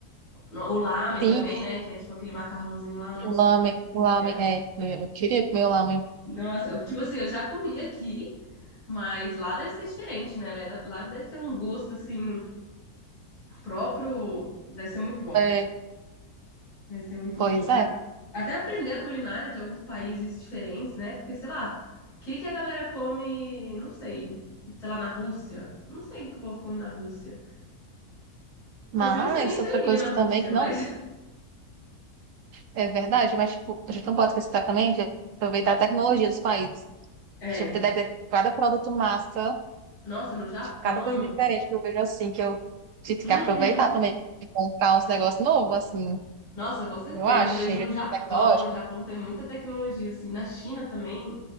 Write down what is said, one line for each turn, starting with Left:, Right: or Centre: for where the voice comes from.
Left: No- O lamen
Right: sim,
Left: também, né? Que é tipo aquele macarrãozinho lá. Nossa,
Right: o lamen,
Left: que delícia.
Right: o lamen, é, eu queria comer o lamen.
Left: Nossa, eu- tipo assim, eu já comi aqui, mas lá deve ser diferente, né? Lá lá deve ter um gosto, assim, próprio. Deve ser muito bom.
Right: É,
Left: Deve ser muito
Right: pois
Left: bom. A-
Right: é.
Left: Até aprender a culinária de alguns países diferentes, né? Porque, sei lá, o que que a galera come, não sei, sei lá, na Rússia. Não sei o que o povo come na Rússia.
Right: Mas
Left: Tipo assim, não sei nem se
Right: outra
Left: eu iria
Right: coisa
Left: na
Right: que
Left: Rússia,
Right: também que
Left: mas
Right: não é verdade, mas tipo, a gente não pode esquecer também de aproveitar a tecnologia dos países.
Left: <laughs> é.
Right: Gente, deve ter cada produto massa,
Left: Nossa, no Japão.
Right: tipo, cada coisa diferente que eu vejo assim, que eu tive
Left: Uhum.
Right: que aproveitar também e comprar uns negócios novos, assim,
Left: Nossa, com certeza.
Right: eu acho,
Left: Eu vejo
Right: em
Left: no Japão.
Right: tecnológico.
Left: No Japão tem muita tecnologia, assim. Na China também.